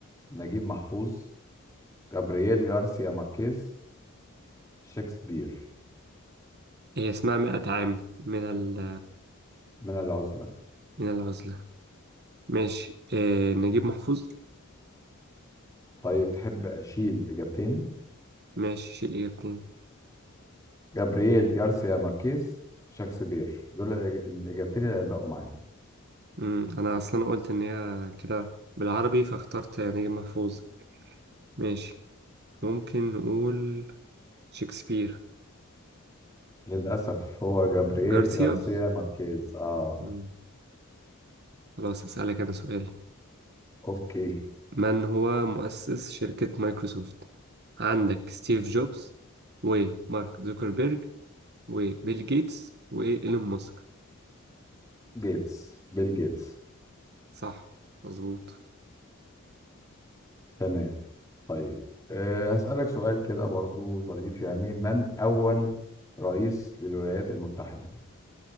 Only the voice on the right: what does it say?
هي اسمها مئة عام من ال-
من العزلة ماشي آه، نجيب محفوظ
ماشي شيل إجابتين
مم، أنا أصلا قلت إن هي كده بالعربي فاخترت نجيب محفوظ ماشي ممكن نقول شكسبير
جارسيا
مم. خلاص أسألك أنا سؤال
من هو مؤسس شركة مايكروسوفت عندك ستيف جوبز ومارك زوكربيرج وبيل جيتس وإيلون ماسك
صح مظبوط